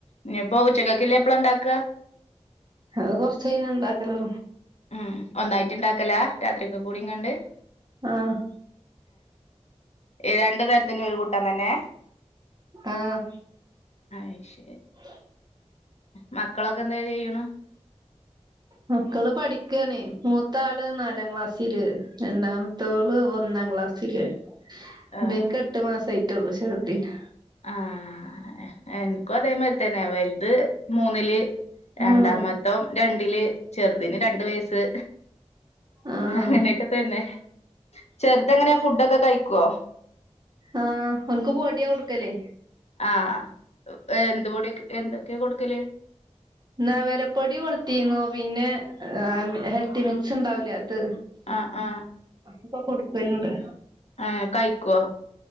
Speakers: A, on the left; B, on the right.
A: ഇനിയിപ്പോ ഉചക്കെക്കില്ല എപ്പള ഉണ്ടാക്ക
B: അത് കുറച്ച്കഴിഞ്ഞ് ഉണ്ടാക്കലു
A: ഉം ഒന്നായിട്ട് ഇണ്ടാക്കല രാത്രിക്കുകൂടികാണ്ട്
B: ആഹ്
A: ഏഹ് രണ്ടു നെരത്തിനു ഒരു കൂട്ടാൻ തന്നെ
B: ആഹ്
A: അയ്ശ
B: <inaudible>
A: മക്കളൊക്കെ എന്താ ചെയ്യുണു
B: മക്കള് പഠിക്കാണ് മൂത്താള് നാലാം ക്ലാസ്സില് രണ്ടാമ ത്തോള് ഒന്നാം ക്ലാസ്സില്
A: ആഹ്
B: ബിൻക്ക് എട്ട് മാസയിട്ടുള്ളു ഷെർദീന്
A: ആഹ് എനിക്കു അതേമാരി തന്നെ വലുത് മൂന്നില് രണ്ടാമത്തോൻ
B: ആഹ്
A: രണ്ടില് ചെറുതിന് രണ്ട് വയസ്
B: ആഹ്
A: അങ്ങനെയൊക്കെ തന്നെ ചെറുത് എങ്ങനെയാ ഫുഡൊക്കെ കഴിക്കുവോ
B: ആഹ് ഒൻക്ക് പോടിയ കൊടുക്കലേ
A: ആഹ് എന്ത്പൊടി എന്തൊക്കെയാ കൊടുക്കല്
B: എന്നാ വിരപ്പൊടി കൊടുതീന്നു പിന്നെ ഹെൽത്തി മിക്സുണ്ടാവൂലേ അത്
A: ആഹ് ആഹ്
B: ഇപ്പൊ കൊടുക്കലുണ്ട്
A: എഹ് കഴിക്കുവോ